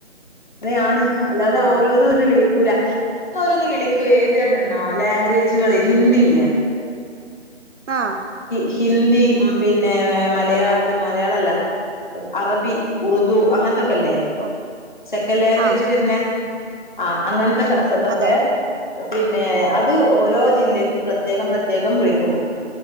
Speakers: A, on the left; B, on the right.
A: അങ്ങനെയാണ് അല്ലാതെ
B: ആ
A: ഓരോന്ന് ഓൾ വിളിക്കൂല ഓരോന്ന് ഓരോന്ന് വിളിക്കും ഏത് എന്ന് പറഞ്ഞു തരണോ ലാംഗ്വേജ്കൾ ഹിന്ദി ഇല്ലേ
B: ആഹ്
A: ഹി ഹിന്ദി പിന്നെ മലയാളം മലയാളം അല്ല അറബി ഉറുദു അങ്ങനെത്തെ ഒക്കെ ഒക്കെ ഇല്ലേ
B: ഓ
A: സെക്കന്റ്‌ ലാംഗ്വേജ്
B: ആ
A: വരുന്നേ അ അങ്ങനെ ത്തെ
B: അതെ
A: പിന്നെ അത് ഓ രോ ജില്ലക്കും പ്രേത്യേക കം പ്രേത്യേകം വിളിക്കും